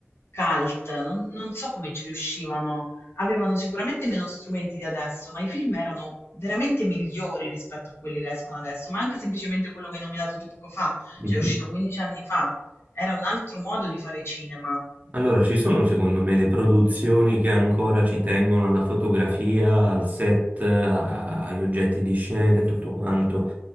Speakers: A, on the left; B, on the right.
A: cult, non, non so come ci riuscivano. Avevano sicuramente meno strumenti di adesso, ma i film erano veramente migliori rispetto a quelli che escono adesso, ma anche semplicemente quello che hai nominato tu poco fa,
B: Mhm.
A: cioè è uscito 15 anni fa. Era un altro modo di fare cinema.
B: Allora, ci sono secondo me le produzioni che ancora ci tengono alla fotografia, al set, a- agli oggetti di scena e tutto quanto.